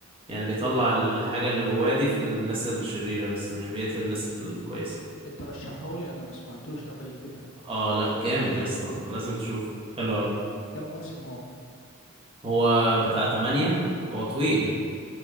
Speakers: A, on the right; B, on the left.
A: يعني بيطلع الحاجه اللي جواه دي في الناس الشريره بس مش بيقتل الناس الكويسه
B: ترشحولي انا ما سمعتوش قبل كده
A: اه لا جامد يا اسطى لازم تشوف حلو أوي
B: ك- كم موسم هو
A: هو بتاع تمانية هو طويل